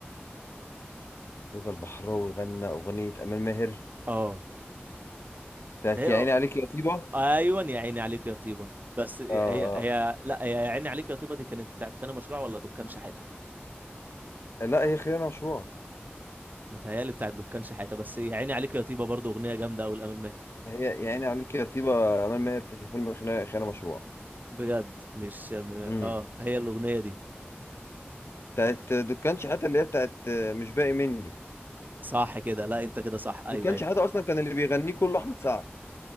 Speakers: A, on the left; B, on the right.
A: رضا البحراوي غنى اغنيه امال ماهر
B: اه
A: بتاعت
B: ده هي-
A: يا عيني عليك يا طيبه
B: ايوه يا عيني عليك يا طيبه بس هي
A: اه آه.
B: هي لا هي يا عيني عليك يا طيبه دي كانت بتاعت خيانه مشروع ولا دكان شحاته
A: لا هي خيانه مشروعه
B: متهيالي بتاعت دكان شحاته بس يا عيني عليك يا طيبه برضو اغنيه جامده قوي الامل ماهر
A: هي يا عيني عليك يا طيبه امال ماهر في فيلم خيانه خيانة مشروعه
B: بجد مش م...
A: امم
B: اه هي الاغنيه دي
A: بتاعت
B: ف-
A: دكان شحاته اللي هي بتاعت آه، مش باقي مني
B: صح كده لا انت كده صح ايوه
A: دكان
B: ايوه
A: شحاته اصلا كان اللي بيغنيه كله احمد سعد